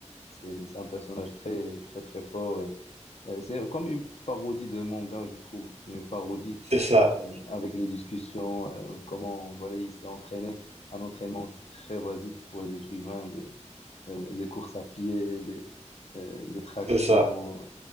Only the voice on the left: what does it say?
c'est, c'est un personnage très, très, très fort. Et, et c'est comme une parodie de manga, je trouve. Une parodie
Mm, avec les discussions, euh, comment voilà, il s'est entraîné, un entraînement très basique pour les êtres humains, des, euh, des courses à pied, des, euh, des tractions.